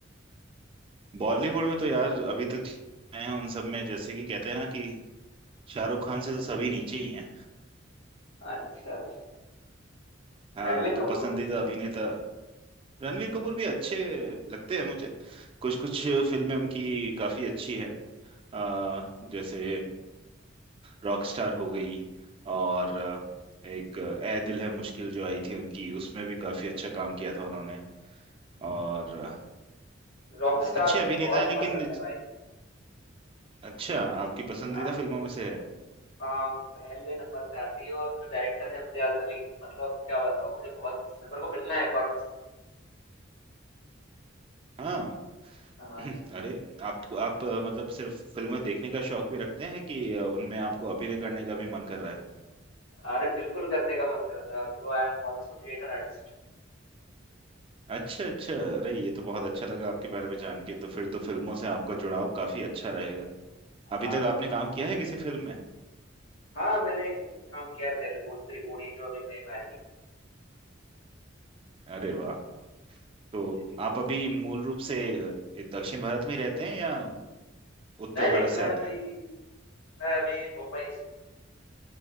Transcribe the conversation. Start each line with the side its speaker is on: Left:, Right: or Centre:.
Right: बॉलीवुड में तो यार अभी तक आए हैं उन सब में जैसे कि कहते हैं ना कि शाहरुख खान से तो सभी नीचे ही हैं
Left: है? अच्छा अच्छा
Right: हाँ
Left: रणवीर
Right: तो
Left: कपूर
Right: पसंदीदा अभिनेता रणवीर कपूर भी अच्छे लगते हैं मुझे कुछ कुछ फिल्में उनकी काफी अच्छी है आ, जैसे रॉकस्टार हो गई और अ, एक ए दिल है मुश्किल जो आई थी उनकी उसमें भी काफी अच्छा काम किया था उन्होंने और अ,
Left: रॉक स्टार
Right: अच्छे
Left: मुझे
Right: अभिनेता
Left: बहुत
Right: है लेकिन
Left: पसंद है भाई
Right: अच्छा आपकी पसंदीदा
Left: आ,
Right: फिल्मों में से है
Left: आ, पहले नंबर पे आती है और जो डायरेक्टर है इम्तियाज अली मतलब क्या बताओ मुझे बहुत पसंद है मेरे को मिलना है एक बार उनसे
Right: हाँ
Left: हाँ,
Right: <clears throat> अरे आप आप अ, मतलब सिर्फ फिल्में देखने का शौक भी रखते हैं कि अ, उनमें आपको अभिनय करने का भी मन कर रहा है
Left: अरे बिल्कुल करने का मन करता है bro I am also theatre artist
Right: अच्छा अच्छा अरे ये तो बहुत अच्छा लगा आपके बारे में जान के तो फिर तो फिल्मों से आपका जुड़ाव काफी अच्छा रहेगा
Left: हाँ
Right: अभी तक
Left: हाँ
Right: आपने
Left: हाँ
Right: काम किया है किसी फिल्म में
Left: हाँ मैंने एक फिल्म में काम किया है, तेलुगु त्रिगुणी जो अभी मई में आई है
Right: अरे वाह तो
Left: जी
Right: आप अभी मूल रूप से अ, दक्षिण भारत में ही रहते हैं या उत्तर
Left: नहीं
Right: भारत
Left: नहीं
Right: से
Left: मैं
Right: आते
Left: अभी
Right: हैं
Left: मैं अभी मुंबई से